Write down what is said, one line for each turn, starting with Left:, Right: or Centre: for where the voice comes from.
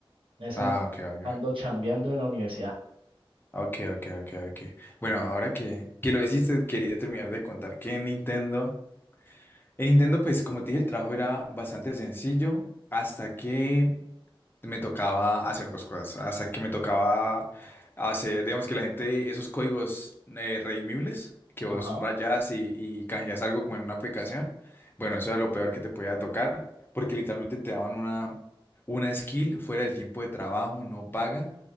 Right: En eso
Left: Ah,
Right: me-
Left: ok, ok.
Right: ando chambeando en la universidad.
Left: Ok, ok, ok, ok. Bueno,
Right: Y-
Left: ahora que, que lo hiciste, quería terminar de contar que en Nintendo, en Nintendo, pues como te dije, el trabajo era bastante sencillo hasta que me tocaba hacer dos cosas. Hasta que me tocaba hacer, digamos que la gente, esos códigos eh, redimibles que vos
Right: Ajá.
Left: rayas y, y canjeas algo como en una aplicación. Bueno, eso era lo peor que te podía tocar, porque literalmente te daban una, una skill fuera del tiempo de trabajo, no paga.